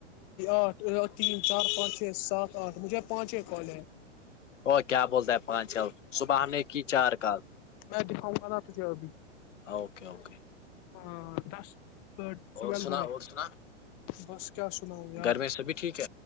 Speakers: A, on the left; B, on the left.
A: آٹھ تین چار پانچ چھ سات آٹھ مجھے پانچیں کال ہیں
B: ا کیا بولتا ہے پانچ چل صبح ہم نے کی چار کال
A: میں دکھاؤں گا نا تھے ابھی
B: اوکے اوکے
A: ہاں دس ا ٹویلو
B: اور سنا
A: ہوئے
B: اور سنا
A: بس کیا سناؤ یار
B: گھر میں سبھی ٹھیک ہے